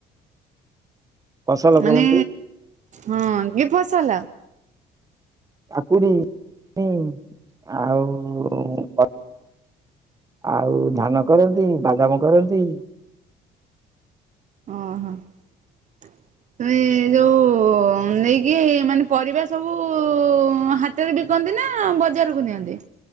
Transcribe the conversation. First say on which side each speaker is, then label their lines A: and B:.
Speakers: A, on the right; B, on the right.
A: ଫସଲ
B: ମାନେ
A: କରନ୍ତି।
B: ହଁ କି ଫସଲ?
A: କାକୁଡି ଇଁ ଆଉ କ ଆଉ ଧାନ କରନ୍ତି ବାଦାମ କରନ୍ତି।
B: ଓହୋ ତମେ ମାନେ ଯୋଉ ଉଁ ନେଇକି ମାନେ ପରିବା ସବୁ ହାତରେ ବିକନ୍ତି ନା ବଜାରକୁ ନିଅନ୍ତି?